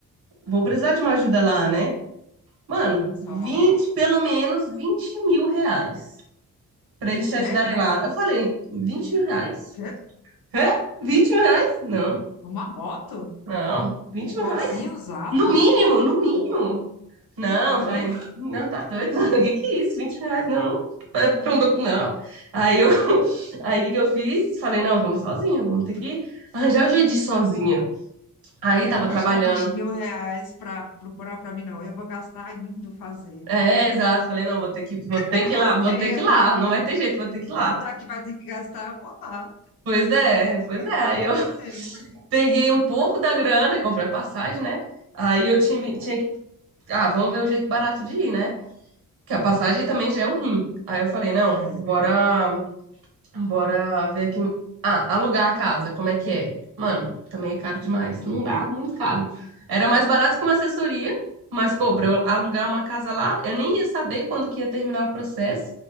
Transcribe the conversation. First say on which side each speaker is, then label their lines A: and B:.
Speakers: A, on the right (about 85°); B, on the left (about 80°).
A: Vou precisar de uma ajuda lá, né? Mano,
B: Só.
A: 20 pelo menos 20 mil reais pra eles
B: O
A: te ajudarem
B: quê?
A: lá. Eu falei, 20 mil reais?
B: O quê?
A: Hã? 20 mil reais? Não,
B: Uma moto?
A: não, Vinte
B: Um corsinho
A: mil reais?
B: usado?
A: No mínimo, no
B: Você tá,
A: mínimo. Não,
B: você tá doido?
A: falei, não, tá doido, <laughs> o que que é isso? 20 reais, não. É Pra um docu- não. Aí eu, <laughs> aí o que que eu fiz? Falei, não, vamos sozinha, vamos ter que arranjar o jeito de ir sozinha. Aí
B: Eu
A: tava
B: não vou
A: trabalhando.
B: te dar 20 mil reais pra procurar pra mim, não. Eu vou gastar indo fazer.
A: É, exato. Falei, não, vou ter que, vou ter
B: Eu
A: que
B: gostei.
A: ir lá, vou ter que ir lá, não vai ter jeito, vou ter que ir lá.
B: Já que vai ter que gastar, eu vou lá.
A: Pois é, pois é. Aí eu
B: Gostei.
A: <laughs> peguei um pouco da grana, comprei a passagem, né? Aí eu tinha, tinha que, ah, vamos ver o jeito barato de ir, né? Que a passagem também já é um rim. Aí eu falei, não,
B: É.
A: bora Bora ver aqui. Ah, alugar a casa, como é que é? Mano, também é caro demais. Não dá, muito caro. Era mais barato que uma assessoria, mas, pô, pra eu alugar uma casa lá, eu nem ia saber quando que ia terminar o processo.